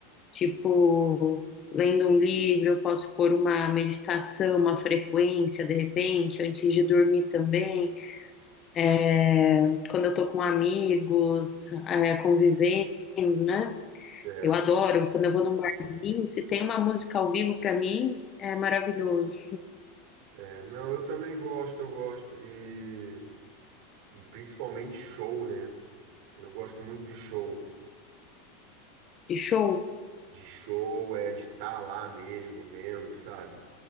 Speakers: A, on the left; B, on the right.
A: tipo, lendo um livro, eu posso pôr uma meditação, uma frequência de repente, antes de dormir também. É, Quando eu tô com amigos, é, convivendo, né?
B: certo.
A: Eu adoro. Quando eu vou num barzinho, se tem uma música ao vivo pra mim, é maravilhoso.
B: É, não, eu também gosto, eu gosto. E, e principalmente show, né? Eu gosto muito de show.
A: De show?
B: De show, é de estar lá mesmo, vendo, sabe?